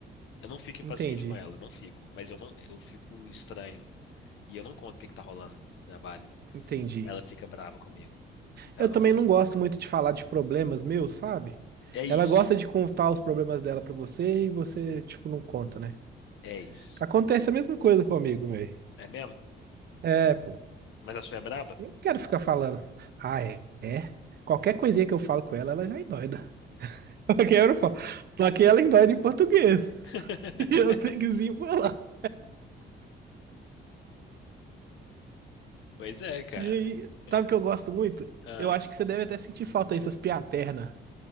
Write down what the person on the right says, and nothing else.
Entendi,
entendi.
Eu
também
não gosto muito de falar de problemas meus, sabe?
Ela gosta de contar os problemas dela pra você e você, tipo, não conta, né?
Acontece a mesma coisa comigo, velho.
É, pô.
Eu não quero ficar falando. Ah, é? É. Qualquer coisinha que eu falo com ela, ela já endoida. <laughs> Aqui eu não falo. Só que ela endoida em português.
<laughs> E eu tenho que desenrolar.
E aí,
sabe o que eu gosto muito?
Eu acho que você deve até sentir falta dessas piadas internas.